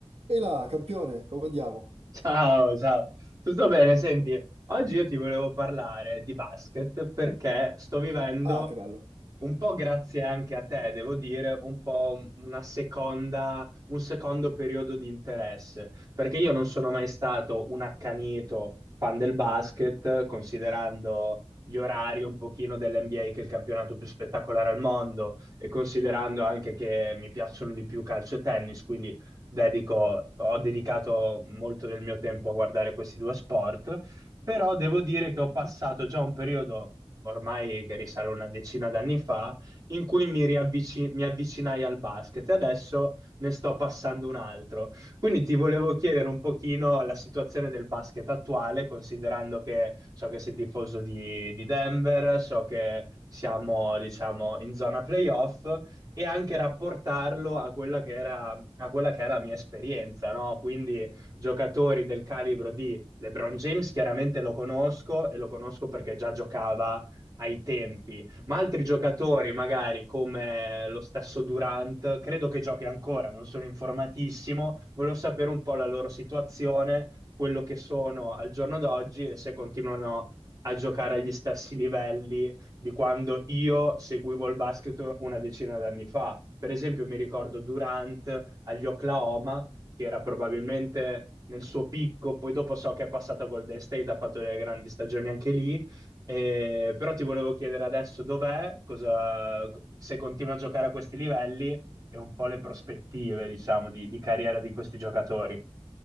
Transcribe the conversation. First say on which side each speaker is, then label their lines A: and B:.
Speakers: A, on the right; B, on the right.
A: E là, campione, come andiamo?
B: Ciao, ciao, tutto bene? Senti, oggi io ti volevo parlare di basket perché sto vivendo,
A: Ah, che bello.
B: un po' grazie anche a te, devo dire, un po' un- una seconda, un secondo periodo di interesse, perché io non sono mai stato un accanito fan del basket, considerando gli orari un pochino dell'NBA, che è il campionato più spettacolare al mondo, e considerando anche che mi piacciono di più calcio e tennis, quindi dedico, ho dedicato molto del mio tempo a guardare questi due sport, però devo dire che ho passato già un periodo, ormai che risale una decina d'anni fa, in cui mi riavvici- mi avvicinai al basket e adesso ne sto passando un altro. Quindi ti volevo chiedere un pochino la situazione del basket attuale, considerando che so che sei tifoso di, di Denver, so che siamo, diciamo, in zona playoff e anche rapportarlo a quella che era a quella che è la mia esperienza, no? Quindi giocatori del calibro di LeBron James, chiaramente lo conosco e lo conosco perché già giocava ai tempi, ma altri giocatori, magari come lo stesso Durant, credo che giochi ancora, non sono informatissimo, volevo sapere un po' la loro situazione, quello che sono al giorno d'oggi e se continuano a giocare agli stessi livelli di quando io seguivo il basket una decina d'anni fa. Per esempio, mi ricordo Durant agli Oklahoma, che era probabilmente nel suo picco, poi dopo so che è passato a Golden State, ha fatto delle grandi stagioni anche lì. Eh, però ti volevo chiedere adesso dov'è, cosa- se continua a giocare a questi livelli e un po' le prospettive, diciamo, di, di carriera di questi giocatori.